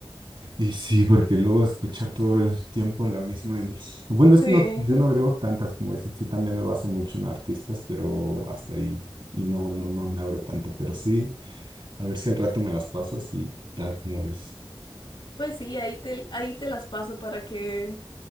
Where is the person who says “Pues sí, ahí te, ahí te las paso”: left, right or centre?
Left